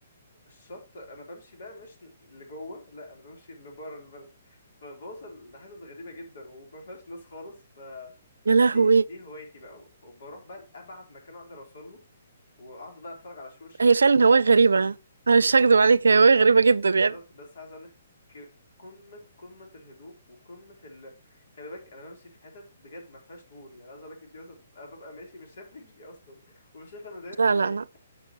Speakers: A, on the left; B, on the right.
A: الشط انا بمشي بقى مش لجوه لا انا بمشي لبره البلد فبوصل لحتت غريبه جدا وما فيهاش ناس خالص ف بس
B: يا لهوي
A: دي دي هوايتي بقى وبروح بقى لابعد مكان اقدر اوصل له واقعد بقى اتفرج على شروق الشمس
B: هي فعلا هواية غريبة أنا
A: بالظبط
B: مش هكدب عليك هي هواية غريبة جدا يعني
A: بالظبط بس عايز اقول لك ك- قمه قمه الهدوء وقمه ال... خلي بالك انا بمشي في حتت بجد ما فيهاش نور يعني عايز اقول لك انت مثلا انا ببقى ماشي مش شايف رجلي اصلا ومش شايف انا دايس
B: لا
A: على
B: لا
A: إيه.
B: لا